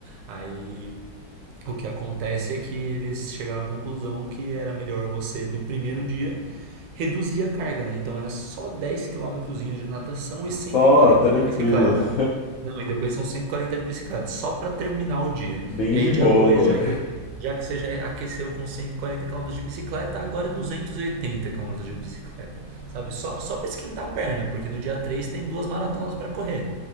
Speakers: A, on the right; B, on the left.
A: Aí o que acontece é que eles chegaram à conclusão que era melhor você, do primeiro dia, reduzir a carga, né? Então era só 10 quilômetrozinhos de natação
B: É
A: e cento
B: Só
A: e quarenta
B: tranquilo.
A: de bicicleta.
B: <laughs>
A: Não, e depois são 140 de bicicleta, só para terminar o dia.
B: Bem
A: E aí
B: de
A: dia
B: boa.
A: 2, já que já que você já aqueceu com 140 quilômetros de bicicleta, agora é 280 quilômetros de bicicleta, sabe? Só só para esquentar a perna, porque no dia 3 tem duas maratonas para correr,